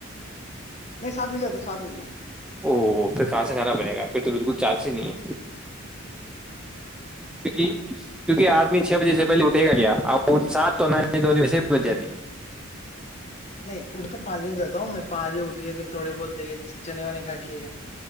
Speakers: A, on the left; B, in the centre.
A: نہیں سات بجے آتا سات بجے
B: او پھر کہاں سے کھانا بنے گا پھر تو بالکل چاند سے نہیں کیکہ کیونکہ آج چھ بجے سے پہے اٹھے گا گیا اور ساتھ تو نانی دون ب سے بھی بج جاتی
A: نہیں اٹھ تو پانچ بجے سے جاتا ہوں میں پانچ بجے اٹھیا پھر تھوڑے بہت دیکھے چنے ونے کھ کے